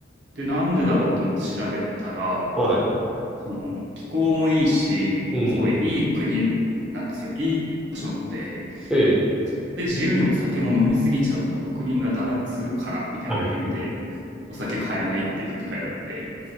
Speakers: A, on the right (about 75°); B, in the centre.
A: で、なんでだろうと思って調べたら、
B: はい。
A: その気候もいいし、
B: うん。
A: すごいいい国なんですよ。いい場所なので、
B: ええ。
A: で自由にお酒も飲みすぎちゃうと国民が堕落するからみたいな理由でお酒買えないっていうふうに書いてあって、
B: はい